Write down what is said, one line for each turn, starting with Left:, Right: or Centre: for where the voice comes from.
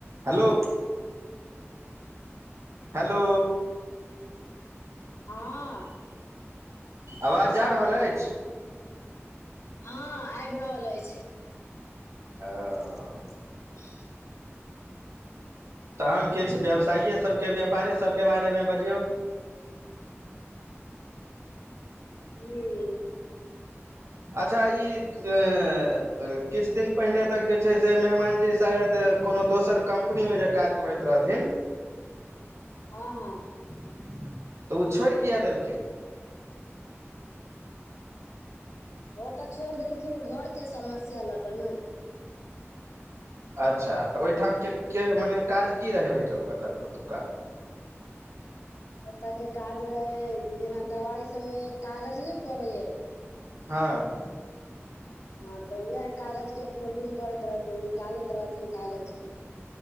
Right: Hello hello
Left: हाँ
Right: आवाज जा रहल अछि
Left: हँ आबि रहल अछि
Right: ओ
Left: <inaudible>
Right: तहन किछु व्यवसाए सबके व्यापारे सबके बारेमे बजियौ।
Left: की।
Right: अच्छा ई अ किछ दिन पहिने तक जे छै से मेहमानजी शायद कोनो दोसर कम्पनी मे जे काज करैत रहथिन
Left: हाँ हाँ
Right: तऽ ओ छोड़ि किया देलखिन
Left: ओ तऽ छोड़ि देलखिन घरके समस्या लऽ कऽ ने।
Right: अच्छा तऽ ओहिठाम के के मने काज की रहै ओहि ओ ओतुका
Left: ओतय के काज रहै जेना दबाई सबमे कागज नहि पड़ै
Right: हाँ
Left: हँ तऽ उएह कागज के फोल्डिंग करैत रहथिन निकालैत रहथिन कागज के